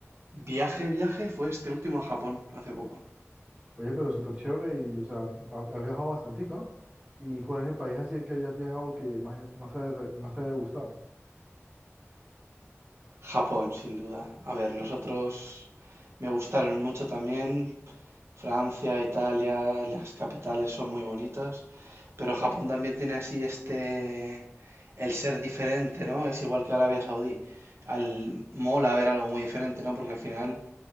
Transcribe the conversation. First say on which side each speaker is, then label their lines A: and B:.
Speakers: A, on the right; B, on the right.
A: viaje, viaje fue este último a Japón, hace poco.
B: Oye, pero súper chévere y, o sea, ha- has viajado bastantico, ¿no? ¿Y cuál es el país así que hayas viajado que más, más te haya- más te haya gustado?
A: Japón, sin duda. A ver, los otros me gustaron mucho también, Francia, Italia, las capitales son muy bonitas, pero Japón también tiene así este, el ser diferente, ¿no? Es igual que Arabia Saudí. Al mola ver algo muy diferente, ¿no? Porque al final